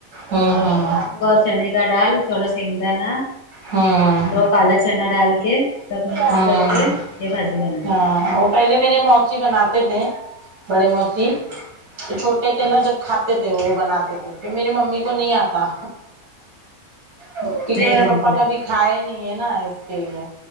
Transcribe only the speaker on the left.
مونگ اور چنے کا ڈال تھوڑا سگ د نا
کالا چنا ڈال کے سب مکس
کر کے یہ بھاجی بناتی
اچھا
ہاں
ہاں
نہیں
جمتے